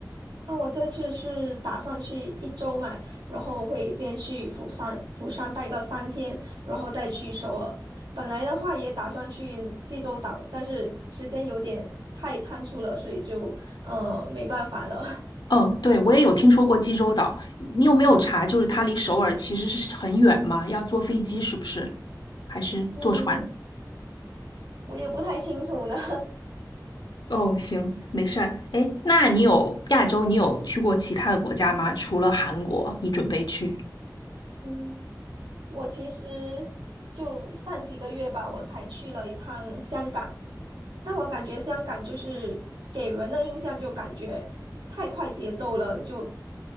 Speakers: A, on the right (about 80°); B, on the left (about 85°).
A: 那我这次是打算去一周嘛，然后会先去釜山，釜山待个三天，然后再去首尔。本来的话也打算去济州岛，但是时间有点太仓促了，所以就呃没办法了。<laughs>
B: 哦，对，我也有听说过济州岛，你有没有查？就是它离首尔其实是很远嘛，要坐飞机是不是？还是坐船？
A: 嗯，我也不太清楚呢。
B: 哦，行，没事儿。哎，那你有亚洲，你有去过其他的国家吗？除了韩国，你准备去？
A: <laughs> 嗯。我其实就上几个月吧，我才去了一趟香港，但我感觉香港就是给人的印象就感觉太快节奏了，就